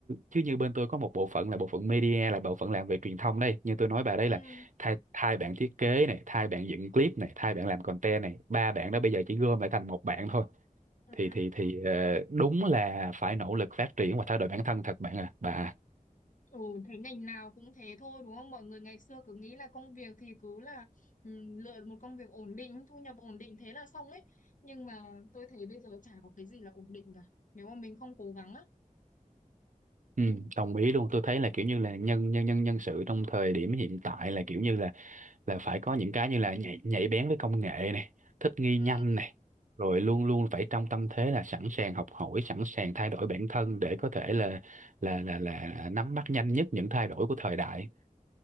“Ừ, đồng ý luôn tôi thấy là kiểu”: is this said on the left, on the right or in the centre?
Right